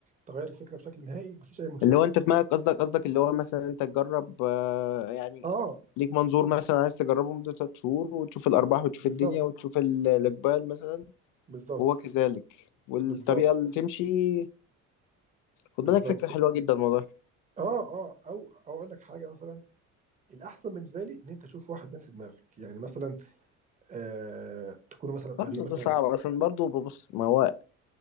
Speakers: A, on the right; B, on the left.
A: تغير الفكره بشكل نهائي مفيش اي مشكله
B: اللي هو انت دماغك قصدك قصدك اللي هو مثلا انت تجرب آه، يعني
A: اه
B: ليك منظور مثلا عايز تجربه مدة 3 شهور وتشوف الأرباح وتشوف
A: بالظبط
B: الدنيا وتشوف ال- الإقبال مثلا
A: بالظبط
B: وهو كذلك والطريقة
A: بالظبط
B: اللي تمشي خد
A: بالظبط
B: بالك فكرة حلوة جدا والله
A: اه اه او او اقول لك حاجه مثلا الاحسن بالنسبه لي ان انت تشوف واحد نفس دماغك يعني مثلا آه تكونوا مثلا قاعدين
B: برضه
A: مثلا
B: ده صعب عشان برضه ببص ما هو